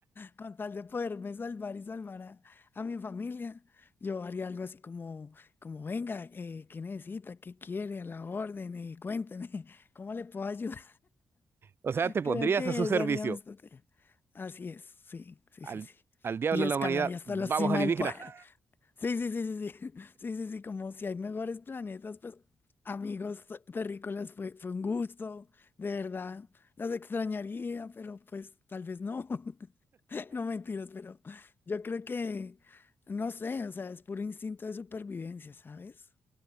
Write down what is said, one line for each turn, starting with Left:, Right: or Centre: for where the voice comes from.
Left: con tal de poderme salvar y salvar a, a mi familia, yo haría algo así como, como venga, eh, ¿qué necesita? ¿Qué quiere? A la orden, eh, cuénteme, <laughs> ¿cómo le puedo ayudar?
Right: O sea,
Left: <laughs>
Right: te pondrías
Left: Creo que
Right: a su
Left: esa
Right: servicio.
Left: haría mi estrategia. Así es, sí, sí,
Right: Al,
Left: sí, sí.
Right: al diablo
Left: Y
Right: de
Left: escalaría
Right: la humanidad,
Left: hasta
Right: vamos
Left: la cima
Right: alienígena.
Left: del poder.
Right: <laughs>
Left: Sí, sí, sí, sí, sí, <laughs> sí, sí, sí, como si hay mejores planetas, pues amigos terrícolas, fue, fue un gusto, de verdad, las extrañaría, pero pues tal vez no. <laughs> <laughs> No mentiras, pero yo creo que, no sé, o sea, es puro instinto de supervivencia, ¿sabes?